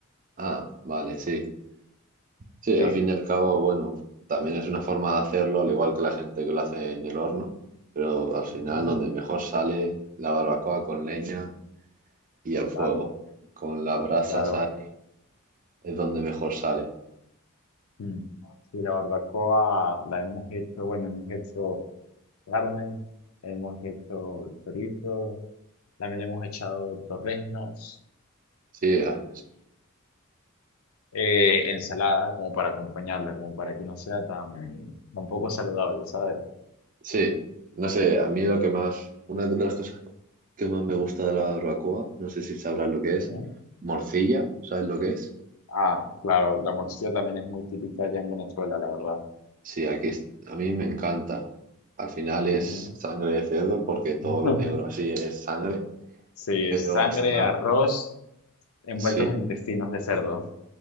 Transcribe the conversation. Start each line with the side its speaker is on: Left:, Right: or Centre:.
Right: Ah, vale, sí. Sí,
Left: Sí,
Right: al fin y al cabo, bueno, también es una forma de hacerlo, al igual que la gente que lo hace en el horno, pero al final
Left: ujú,
Right: donde mejor sale la barbacoa con leña y al fuego,
Left: claro,
Right: con las brasas
Left: claro.
Right: ahí es donde mejor sale.
Left: Mm. Y la barbacoa la hemos hecho, bueno, hemos hecho carne, hemos hecho chorizo, también le hemos echado torreznos
Right: Sí, a-
Left: eh, ensalada como para acompañarla, como para que no sea tan, tan poco saludable, ¿sabes?
Right: sí, no sé, a mí lo que más, una de las cosas que más me gusta de la barbacoa, no sé si sabrás lo que
Left: Ujú.
Right: es, morcilla, ¿sabes lo que es?
Left: Ah, claro, la morcilla también es muy típica allá en Venezuela, la verdad.
Right: Sí, aquí es- a mí me encanta. Al final es
Left: Ujú.
Right: sangre de cerdo porque todo
Left: <laughs>
Right: lo negro así es sangre.
Left: Sí,
Right: Pero
Left: sangre,
Right: está,
Left: arroz envueltos
Right: sí,
Left: en intestinos de cerdo.